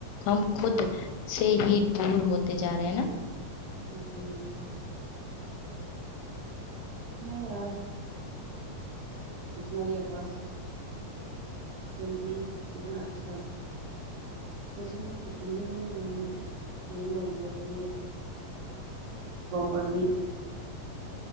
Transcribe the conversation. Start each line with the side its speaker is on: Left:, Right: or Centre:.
Left: ہم خود سے ہی دور ہوتے جا رہے ہیں نا
Right: جی جی <inaudible> ہاں یار ہ تمہاری آواز سنتی کتنا اچھا لگتا ہے سچ م میں کتنے م مہینے ہو گئے تمہیں پراپرلی <unintelligible>